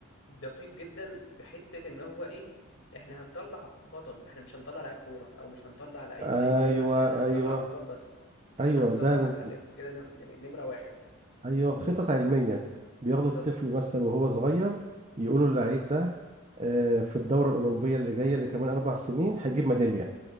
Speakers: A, on the left; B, on the right.
A: دقيق جدا بحته ان هو ايه احنا هنطلع بطل احنا مش هنطلع لعيب كوره او مش هنطلع لعيب
B: أيوه
A: في اي لعبه احنا هنطلع
B: أيوه
A: ابطال بس
B: أيوه
A: احنا هنطلع
B: ده
A: حاجات كده نم- يعني نمره واحد
B: ايوه خطط علميه بياخدوا
A: بالظبط
B: الطفل مثلا وهو صغير يقولوا اللعيب ده آه، في الدوره الاولمبيه اللي جايه اللي كمان اربع سنين هيجيب ميداليه